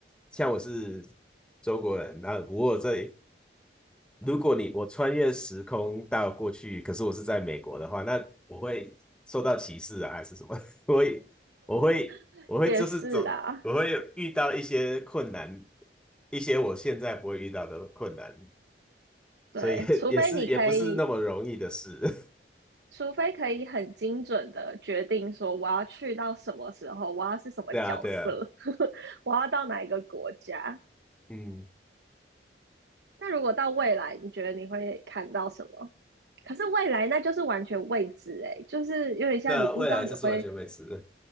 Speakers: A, in the centre; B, on the right.
A: 像我是中国人，那如果这如果你我穿越时空到过去，可是我是在美国的话，那我会受到歧视啊，还是什么？<laughs> 我会我会我会就是走，
B: <laughs>，也是啊，
A: 我会有遇到一些困难，一些我现在不会遇到的困难，
B: 对，
A: 所以 <laughs>
B: 除非你可以，
A: 也是也不是那么容易的事。
B: 除非可以很精准的决定说我要去到什么时候，我要是什么角色，
A: <laughs> 对啊，对啊，
B: <laughs> 我要到哪一个国家。
A: 嗯，
B: 那如果到未来，你觉得你会看到什么？可是未来那就是完全未知诶，就是有点像你不知道你会，
A: 那未来就是完全未知的